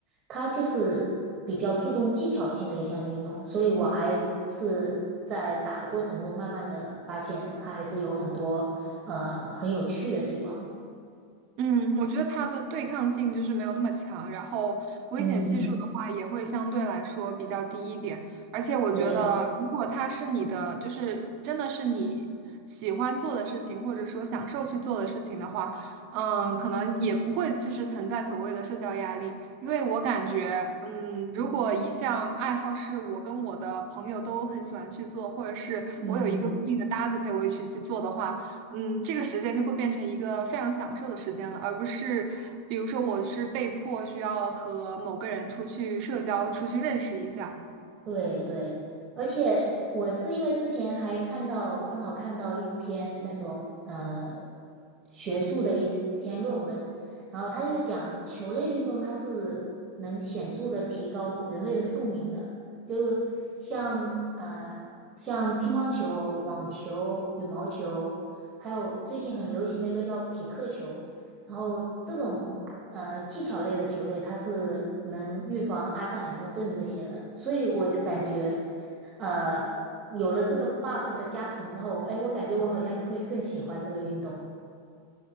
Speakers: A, on the right; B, on the right.
A: 它就是比较注重技巧性的一项运动，所以我还是在打的过程中慢慢的发现，它还是有很多呃很有趣的地方。
B: 嗯，我觉得它的对抗性就是没有那么强，然后危险系数的话也会相对来说比较低一点。
A: 嗯，
B: 而且我觉得，
A: 对，
B: 如果它是你的，就是真的是你喜欢做的事情，或者说享受去做的事情的话，嗯，可能也不会就是存在所谓的社交压力。因为我感觉，嗯，如果一项爱好是我跟我的朋友都很喜欢去做，或者是我有一个固定的搭子陪我一起去做的话。
A: 嗯。
B: 嗯，这个时间就会变成一个非常享受的时间了，而不是比如说我是被迫需要和某个人出去社交，出去认识一下。
A: 对对，而且我是因为之前还看到，正好看到一篇那种呃学术的一篇论文，然后他就讲球类运动它是能显著的提高人类的寿命的，就像呃像乒乓球、网球、羽毛球，还有最近很流行的一个叫匹克球，然后这种。呃技巧类的球类，它是能预防阿兹海默症这些的，所以我感觉，呃，有了这个 buff 的加成之后，哎，我感觉我好像会更喜欢这个运动。